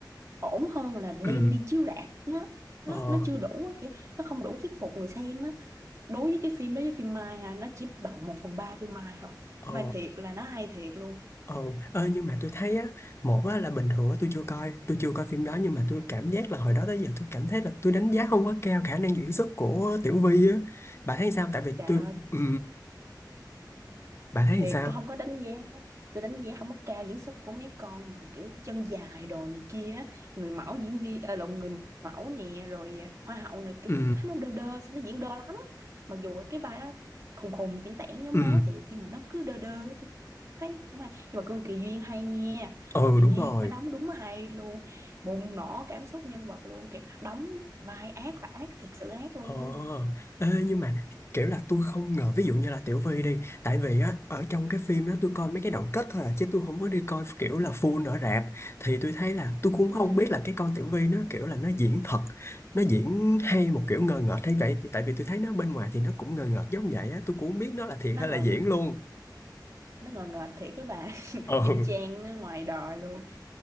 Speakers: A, on the right; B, on the left.
A: ổn hơn là
B: Ừ.
A: đem đi chiếu rạp nó nó
B: Ờ,
A: nó chưa đủ kiểu nó không đủ thuyết phục người xem á đối với cái phim đó với phim Mai ha nó chỉ bằng một phần ba phim Mai thôi
B: ờ,
A: phim Mai thiệt là nó hay thiệt luôn
B: ờ, ơ nhưng mà tôi thấy á, một á là bình thường á tôi chưa coi, tôi chưa coi phim đó nhưng mà tôi cảm giác là hồi đó tới giờ tôi cảm thấy là tôi đánh giá không quá cao khả năng diễn xuất của Tiểu Vy á. Bà thấy sao? Tại vì
A: trời
B: tôi
A: ơi
B: ừ, bà thấy
A: thiệt
B: sao?
A: tôi không có đánh giá tôi đánh giá không có cao diễn xuất của mấy con mà kiểu chân dài đồ này kia á. người mẫu diễn viên ờ, lộn người mẫu nè rồi à, hoa hậu nè kiểu
B: Ừ,
A: thấy nó đơ đơ sao nó diễn đơ lắm mặc dù cái vai đó khùng khùng tẻn tảng giống
B: ừ,
A: nó thiệt nhưng mà nó cứ đơ đơ tôi thấy không ai nhưng mà con Kỳ Duyên hay nha
B: ừ
A: Mà Kỳ
B: đúng
A: Duyên
B: rồi.
A: bà đóng đúng hay luôn bùng nổ cảm xúc nhân vật luôn kiểu đóng vai ác là ác thiệt sự ác luôn
B: Ờ, ê, nhưng mà kiểu là tôi không ngờ ví dụ như là Tiểu Vy đi tại vì á ở trong cái phim đó tôi coi mấy cái đoạn kết thôi à, chứ tôi không có đi coi kiểu là full ở rạp thì tôi thấy là tôi cũng
A: ừ.
B: không biết là cái con Tiểu Vy nó kiểu là nó diễn thật nó diễn hay một kiểu ngờ ngợt hay vậy thì tại vì tôi thấy nó bên ngoài thì nó cũng ngờ ngợt giống vậy á tôi cũng không biết nó là thiệt
A: nó
B: hay
A: ngờ
B: là diễn luôn
A: nó ngờ ngợt thiệt các bạn <laughs>
B: ừ
A: y chang nó ngoài đời luôn